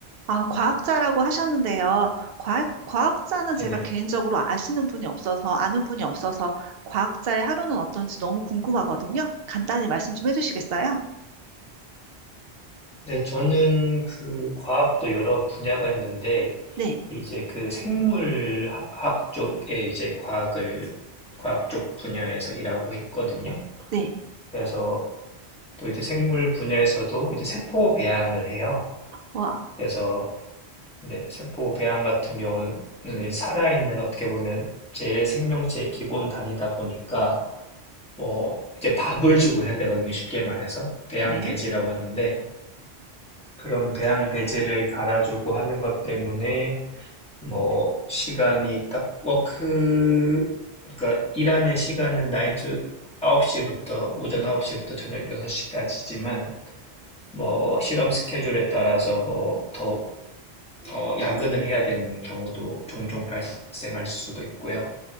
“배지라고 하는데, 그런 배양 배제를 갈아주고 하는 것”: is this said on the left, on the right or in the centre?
Centre